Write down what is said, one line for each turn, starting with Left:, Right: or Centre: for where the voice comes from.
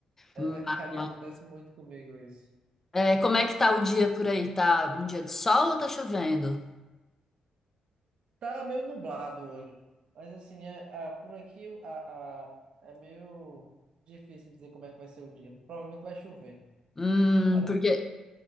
Right: É
Left: Mas,
Right: verdade, <laughs> acontece muito comigo isso.
Left: é, como é que tá o dia por aí? Tá um dia de sol ou tá chovendo?
Right: Tá meio nublado hoje, mas assim, é, ah, por aqui a, a, é meio difícil dizer como é que vai ser o dia. Provavelmente vai chover.
Left: Hum,
Right: Ah, tu-
Left: porque